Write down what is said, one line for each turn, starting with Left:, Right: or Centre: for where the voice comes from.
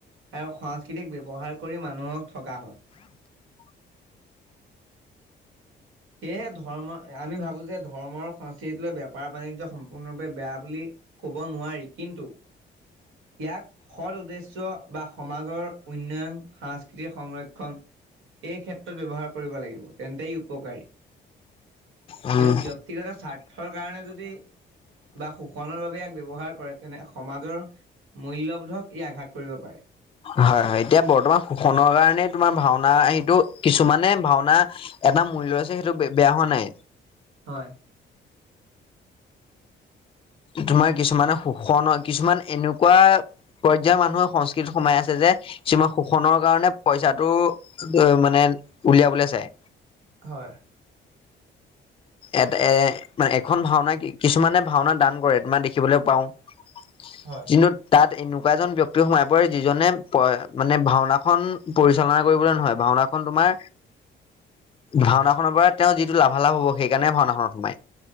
Right: আৰু সংস্কৃতিক ব্যৱহাৰ কৰি মানুহক ঠগা হয়। সেয়েহে ধৰ্ম আমি ভাবো যে ধৰ্মৰ সংস্কৃতিক লৈ বেপাৰ বাণিজ্য সম্পূৰ্ণৰূপে বেয়া বুলি ক'ব নোৱাৰি কিন্তু ইয়াক। সৎ উদ্দেশ্য বা সমাজৰ উন্নয়ন সাংস্কৃতিক সংৰক্ষণ এই ক্ষেত্ৰত ব্যৱহাৰ কৰিব লাগিব, তেন্তে ই উপকাৰী।
Left: উম,
Right: কিন্তু ব্যক্তিগত স্বাৰ্থৰ কাৰণে যদি। বা শোষণৰ বাবে ইয়াক ব্যৱহাৰ কৰে তেনে সমাজৰ মূল্যবোধক ই আঘাত কৰিব পাৰে।
Left: হয়, এতিয়া বৰ্তমান শোষণৰ কাৰণে তোমাৰ ভাওনা সেইটো কিছুমানে ভাওনা। এটা মূল্য আছে সেইটো বে বেয়া হোৱা নাই।
Right: হয়।
Left: তোমাৰ কিছুমানে শোষণ হয় কিছুমান এনেকুৱা পৰ্যয়াৰ মানুহে সংস্কৃতিত সোমাই আছে যে কিছুমান শোষণ কাৰণে পইচাটো অ মানে উলিয়াবলৈ চাই।
Right: হয়।
Left: এটা এ মানে এখন ভাওনা কিছুমানে ভাওনা দান কৰে তোমাৰ দেখিবলৈ পাওঁ। <unintelligible>
Right: হয়।
Left: কিন্তু তাত এনেকুৱা এজন ব্যক্তি সোমাই পৰে যিজনে মানে ভাওনাখন পৰিচালনা কৰিবলৈ নহয়, ভাওনাখন তোমাৰ। ভাওনাখনৰ পৰা তেওঁ যিটো লাভালাভ হ'ব সেইকাৰণে ভাওনাখনত সোমায়।